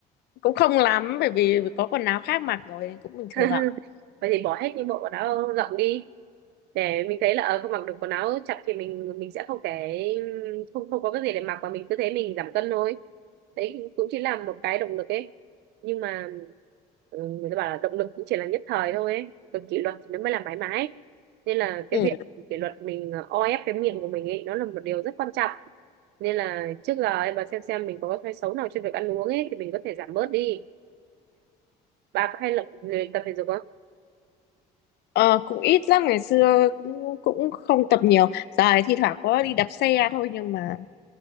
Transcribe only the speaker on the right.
<laughs>
vậy thì bỏ hết những bộ quần áo rộng đi để mình thấy là ờ không mặc được quần áo chặt thì mình mình sẽ không cái không không có cái gì để mặc và mình cứ thế mình giảm cân thôi đấy cũng chỉ là một cái động lực ấy nhưng mà ừ, người ta bảo là động lực cũng chỉ là nhất thời thôi ấy còn kỷ luật thì nó mới là mãi mãi nên là
cái việc kỷ luật mình ờ, o ép cái miệng của mình ấy nó là một điều rất quan trọng nên là trước giờ em bà xem xem mình có cái thói xấu nào trên việc ăn uống ấy thì mình có thể giảm bớt đi bà có hay luyện luyện tập thể dục không